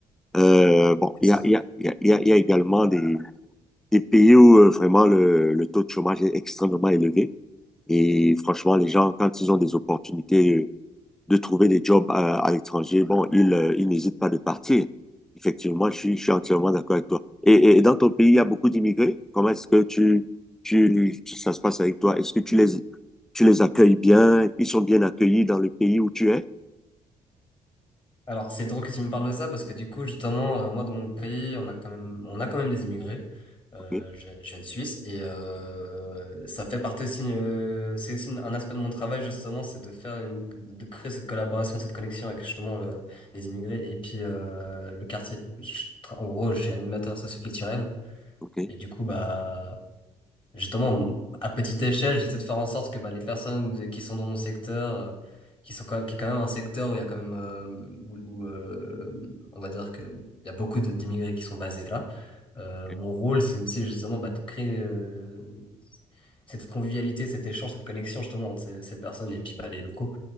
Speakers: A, in the centre; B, on the left.
A: Euh, bon,
B: C'est
A: il
B: ça.
A: y a, il y a, il y a, il y a il y a également des, des pays où euh, vraiment le, le taux de chômage est extrêmement élevé. Et franchement, les gens, quand ils ont des opportunités de trouver des jobs à, à l'étranger, bon, ils, euh, ils n'hésitent pas de partir. Effectivement, je suis, je suis entièrement d'accord avec toi. Et, et- et dans ton pays, il y a beaucoup d'immigrés. Comment est-ce que tu, tu, tu- ça se passe avec toi? Est-ce que tu les, tu les accueilles bien? Ils sont bien accueillis dans le pays où tu es?
B: Alors, c'est drôle que tu me parles de ça parce que du coup, justement, euh, moi, dans mon pays, on a quand même, on a quand même des immigrés. Euh,
A: OK,
B: je, viens je viens de Suisse et euh, ça fait partie aussi, euh, c'est aussi un aspect de mon travail justement, c'est de faire une, de créer cette collaboration, cette connexion avec justement le- les immigrés et puis euh, le quartier. Je tra- en gros, je suis animateur socioculturel
A: OK,
B: et du coup, bah justement, à petite échelle, j'essaie de faire en sorte que bah, les personnes qui sont dans mon secteur, euh, qui sont quand même, qui est quand même un secteur où il y a quand même, euh, où, où, euh, on va dire que il y a beaucoup de- d'immigrés qui sont basés là. Euh,
A: OK.
B: mon rôle, c'est aussi justement bah, de créer euh, cette convivialité, cet échange, cette connexion justement entre ces, ces personnes et puis bah, les locaux.